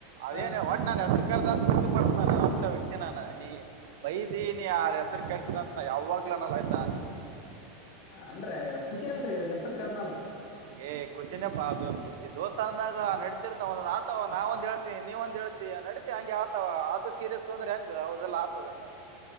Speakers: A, on the right; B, on the left.
A: ಅದೇನೆ
B: ಆ,
A: ಒಟ್ ನನ್ ಹೆಸ ಕರ್ದಂತತ್ ಖುಷಿ ಪಡ್ತನಾನ ಅಂತ ವ್ಯಕ್ತಿ ನಾನ ನೀ ಬೈದೀ ನೀ ಆ ಹೆಸರು ಕೆಳ್ಸಿದಂತತ್ನ ಯಾವಾಗ್ಲನಲ್ಲ ಆಯ್ತಾ
B: ಅಂದ್ರೆ ಖುಷಿ ಅಲ್ರರಿ ಹೆಸ್ರು ಕರ್ದ್ನಲ್ಲ
A: ಏ್ ಖುಷಿನನ ಪಾ ಅ ಬೆಂಬ್ ಖುಷಿ ದೋಸ್ತ ಅಂದಾಗ ನಡತಿರ್ತಾವ ಒಂದೊ ಆತವ ನಾವ ಒಂದ್ ಹೇಳ್ತಿ ನೀವ ಒಂದ್ ಹೇಳ್ತಿ ನಡತಿ ಹಂಗೆ ಆತವ ಆದದು ಸೀರಿಯಸ್ ತೊಂದ್ರೆ ಹಂಗ ಅದೆಲ್ಲ ಆತದ <inaudible>